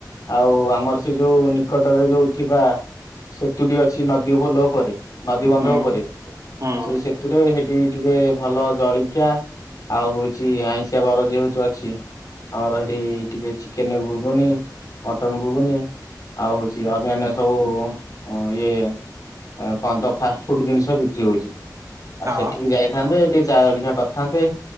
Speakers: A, on the left; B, on the right.
A: ଆଉ ଆମର ସେ ଯୋଉ ନିକଟରେ ଯୋଉ ଥିବା ସେତୁଟି ଅଛି ନଦୀ ପୋଲ ଉପରେ ନଦୀ ବନ୍ଧ
B: ହୁଁ
A: ଉପରେ
B: ହୁଁ
A: ସେ ସେଥିୁରେ ସେଠି ଟିକେ ଭଲ ଜଳିଖିଆ ଆଉ ହଉଛି ଆଇଁଷିଆ ବାର ଯେହେତୁ ଅଛି ଆମର ସେଠି ଟିକେ ଚିକେନ ଘୁଗୁନି ମଟନ ଘୁଗୁନି ଆଉ ହଉଛି ଅନ୍ୟାନ୍ୟ ସବୁ ଇଏ କଣ ତ ଫାଷ୍ଟ ଫୁଡ ଜିନିଷ ବିକ୍ରି ହଉଛି ଆଉ
B: ହଁ।
A: ସେଠିକି ଯାଇଥାନ୍ତେ ଏଠି ଚା ଜଳିଖିଆ କରିଥାନ୍ତେ